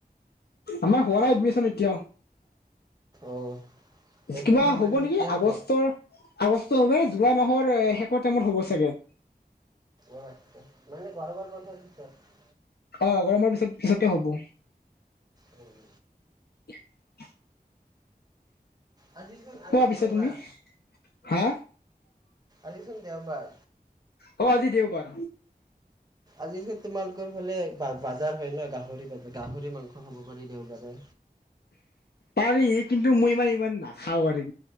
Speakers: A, on the left; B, on the right.
A: আমাৰ হোৱা নাই এডমিশন এতিয়াও।
B: অঁ এডমিশ্যন
A: কিবা
B: মানে
A: হ'ব
B: কেতিয়া
A: নেকি
B: হ'ব
A: আগষ্টৰ আগষ্ট ভাবে জুলাই মাহৰ শেষৰ টাইমত হ'ব চাগে।
B: অ আচ্ছা মানে গৰমৰ বন্ধৰ পিছত?
A: অ গৰমৰ পিছত পিছতে হব।
B: উম
A: <inaudible>
B: আজিচোন আজি
A: কোৱা
B: দেওবাৰ
A: পিছা তুমি হা?
B: আজিচোন দেওবাৰ
A: অ আজি দেওবাৰ
B: আজিচোন তোমালোকৰ ফালে বা বা জাৰ হয় ন? গাহৰি বজাৰ গাহৰি মাংস খাব পাৰি দেওবাৰে।
A: পাৰি কিন্তু মই ইমান ইমান নাখাওঁ আৰি